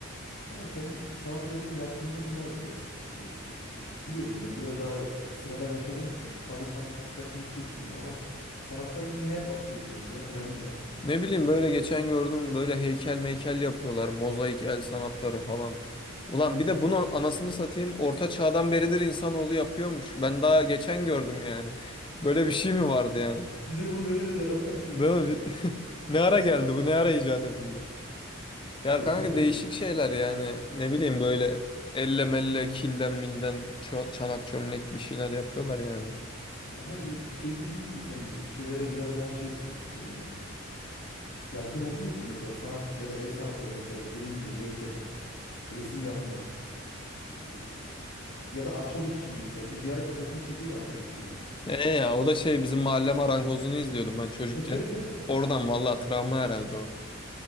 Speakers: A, on the left (about 80°); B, on the left (about 25°).
A: Ama senin sanata zaten yatkınlığın var biraz. Ee, biliyorsun ben biraz daha sıradan yaşadığım için fazla sanat dikkatimi çekmiyor ama sanatla ilgili ne yapmak istiyorsun mesela planın ne?
B: Ne bileyim böyle geçen gördüm böyle heykel meykel yapıyorlar. Mozaik el sanatları falan. Ulan bir de bunu anasını satayım orta çağdan beridir insanoğlu yapıyormuş. Ben daha geçen gördüm yani. Böyle bir şey mi vardı yani?
A: <laughs> Bize bunu demediler ama. <laughs>
B: Değil mi? <laughs> Ne ara geldi bu? Ne ara icat edildi? Ya
A: Ya
B: kanka
A: şöyle
B: değişik şeyler yani. Ne bileyim böyle elle melle kilden milden ço- çanak çömlek bir şeyler yapıyorlar yani.
A: kanka bir de şey dediğim gibi sen bu şeylere biraz daha şeysin. Ee, yatkın olduğun için mesela sanat ya da el sanatları mesela bu dediğin gibi heykel, resim yapma e, ya da ahşap işçiliği mesela sen bir ara dikkatini çekiyordu ahşap işçiliği.
B: E ya o da şey bizim mahalle marangozunu izliyordum ben çocukken.
A: <laughs>
B: Oradan vallahi travma herhalde o.